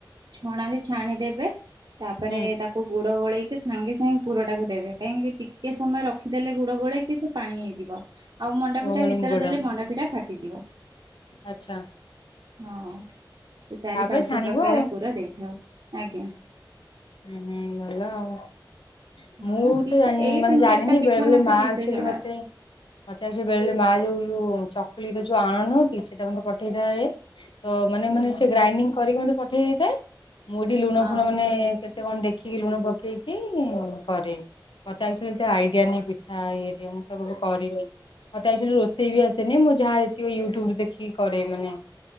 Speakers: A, on the right; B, on the left.
A: ଛଣାରେ ଛାଣିଦେବେ। ତାପରେ
B: ହୁଁ
A: ତାକୁ ଗୁଡ ଗୋଳେଇକି ସାଙ୍ଗେ ସାଙ୍ଗେ ପୁରଟାକୁ ଦେବେ କାହିଁକି ଟିକେ ସମୟ ରଖିଦେଲେ ଗୁଡ ଗୋଳେଇ କି ସିଏ ପାଣି ହେଇଯିବ। ଆଉ ମଣ୍ଡାପିଠା
B: ଓ ମାନେ
A: ଭିତରେ
B: ମୁଗଟା
A: ଦେଲେ ମଣ୍ଡା ପିଠା ଫାଟିଯିବ।
B: ଆଚ୍ଛା।
A: ହଁ ଏ ଚାରି
B: ତାପରେ
A: ପାଞ୍ଚ
B: ଛାଣିବ
A: ପ୍ରକାର
B: ଆଉ।
A: ପୁରା ଦେଇଥାଉ ଆଜ୍ଞା।
B: ଉଁ ହୁଁ ଭଲ ଆଉ।
A: ହଁ
B: ମୁଁ
A: ନା ପିଠା
B: ତ ଜାଣି
A: ଏଇ
B: ମାନେ
A: ତିନି
B: ଜାଣିନି
A: ଚାରିଟା ପିଠା
B: ବେଳେ ବେଳେ
A: ମତେ
B: ମା
A: ଠିକ
B: ଆକଚୁଆଲି
A: ସେ ଜଣା
B: ମତେ
A: ଅଛି
B: ମତେ ଆକଚୁଆଲି ବେଳେ ବେଳେ ମାଆ ଯୋଉ ଯୋଉ ଚକୁଲିର ଯୋଉ ଆଣ ନୁହଁ କି ସେଇଟା ମତେ ପଠେଇଥାଏ। ତ ମାନେ
A: ହୁଁ
B: ମାନେ ସେ ଗ୍ରାଇଡିଙ୍ଗ କରିକି ମୋତେ ପଠେଇ ଦେଇଥାଏ। ମୁଁ ଏଇଠି ଲୁଣ
A: ହଁ
B: ଫୁଣ ମାନେ କେତେ କଣ ଦେଖିକି ଲୁଣ ପକେଇକି କରେ। ମତେ ଆକଚୁଆଲି ଏତେ ଆଇଡିଆ ନାଇଁ ପିଠା ଇଏ ହେରିକା ମୁଁ ତ କେବେ କରିନି। ମତେ ଆକଚୁଆଲି ରୋଷେଇ ବି ଆସେନି। ମୁଁ ଯାହା ଯେତିକି ୟୁଟ୍ୟୁବ ଦେଖିକି କରେ ମାନେ।